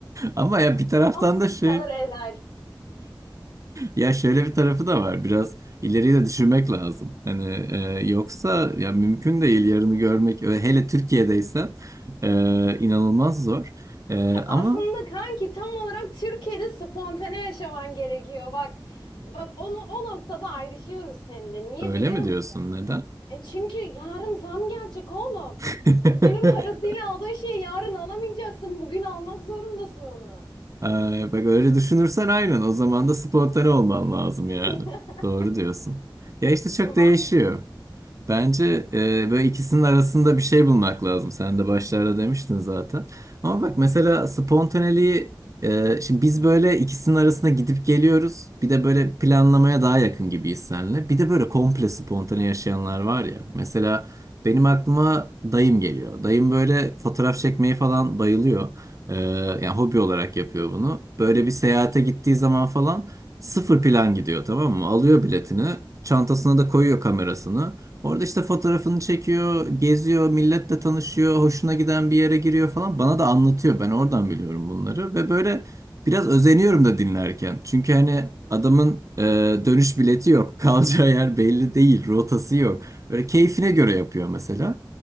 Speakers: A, on the right; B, on the left.
A: Ama ya bir taraftan
B: Ak süt
A: da şey
B: kalır helal.
A: ya şöyle bir tarafı da var. Biraz ileriyi de düşünmek lazım. Hani e, yoksa ya mümkün değil yarını görmek Ö- hele Türkiye'deysen e, inanılmaz zor. E, ama
B: Aslında kanki tam olarak Türkiye'de spontane yaşaman gerekiyor. Bak bak onu o noktada ayrışıyoruz seninle. Niye
A: öyle
B: biliyor
A: mi
B: musun?
A: diyorsun neden?
B: E çünkü yarın zam gelecek oğlum.
A: <laughs>
B: Bugünün parasıyla aldığın şeyi yarın alamayacaksın. Bugün almak zorundasın onu.
A: Ee, bak öyle düşünürsen aynen o zaman da spontane olman lazım
B: <laughs>
A: yani. Doğru diyorsun. Ya işte çok
B: Maalesef.
A: değişiyor. Bence e, böyle ikisinin arasında bir şey bulmak lazım. Sen de başlarda demiştin zaten. Ama bak mesela spontaneliği e, şimdi biz böyle ikisinin arasında gidip geliyoruz. Bir de böyle planlamaya daha yakın gibiyiz seninle. Bir de böyle komple spontane yaşayanlar var ya. Mesela benim aklıma dayım geliyor. Dayım böyle fotoğraf çekmeyi falan bayılıyor. E, yani hobi olarak yapıyor bunu. Böyle bir seyahate gittiği zaman falan sıfır plan gidiyor tamam mı? Alıyor biletini. Çantasına da koyuyor kamerasını. Orada işte fotoğrafını çekiyor, geziyor, milletle tanışıyor, hoşuna giden bir yere giriyor falan. Bana da anlatıyor. Ben oradan biliyorum bunları ve böyle biraz özeniyorum da dinlerken. Çünkü hani adamın e, dönüş bileti yok, <laughs> kalacağı yer belli değil, rotası yok. Böyle keyfine göre yapıyor mesela.